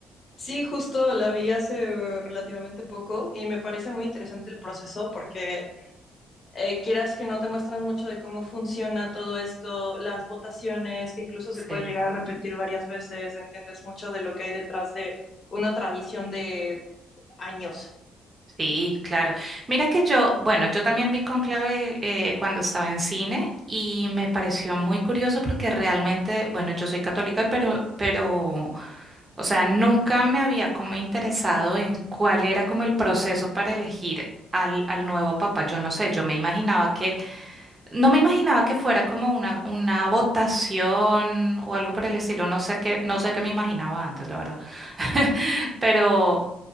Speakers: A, on the left (about 45°); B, on the right (about 30°).
A: Sí, justo la vi hace relativamente poco y me parece muy interesante el proceso porque eh, quieras que no te muestran mucho de cómo funciona todo esto, las votaciones, que incluso se
B: Sí.
A: puede llegar a repetir varias veces, entiendes mucho de lo que hay detrás de una tradición de años.
B: Sí, claro. Mira que yo, bueno, yo también vi Cónclave eh, cuando estaba en cine y me pareció muy curioso porque realmente, bueno, yo soy católica, pero, pero, o sea, nunca me había como interesado en cuál era como el proceso para elegir al, al nuevo papa. Yo no sé, yo me imaginaba que, no me imaginaba que fuera como una, una votación o algo por el estilo. No sé qué, no sé qué me imaginaba antes, la verdad. <laughs> Pero